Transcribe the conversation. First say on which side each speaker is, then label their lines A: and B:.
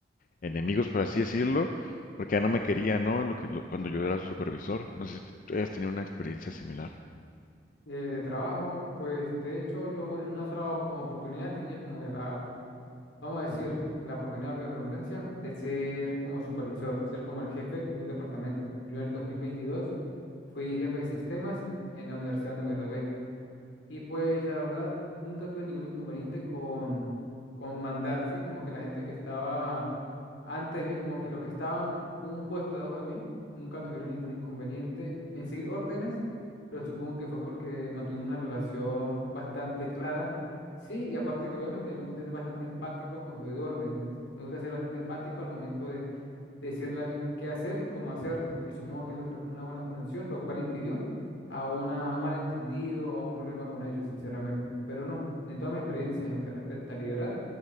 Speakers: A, on the left (about 45°); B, on the left (about 80°).
A: enemigos, por así decirlo, porque ya no me quería, ¿no? Lo que- lo- cuando yo era su supervisor. No sé si tú has tenido una experiencia similar.
B: eh, de trabajo. Pues de hecho yo en una sola como oportunidad tenía como que la, vamos a decir, la oportunidad, valga la redundancia, de ser como supervisor, ser como el jefe de un departamento. Yo en el 2022 fui jefe de sistemas en la universidad donde me gradué. Y pues la verdad, nunca tuve ningún inconveniente con, con mandar, ¿sí? Como que la gente que estaba antes de mí, como que los que estaban un puesto debajo de mí, nunca tuvieron ningún inconveniente en seguir órdenes, pero supongo que fue porque mantuvimos una relación bastante clara. Sí, y aparte que obviamente a mí me gusta ser bastante empático cuando doy órdenes, me gusta ser bastante empático al momento de, de decirle a alguien qué hacer y cómo hacerlo, y supongo que eso creó como una buena conexión, lo cual impidió a, una, a un malentendido, a un problema con ellos, sinceramente, pero no, en toda mi experiencia en lo que respecta a liderar.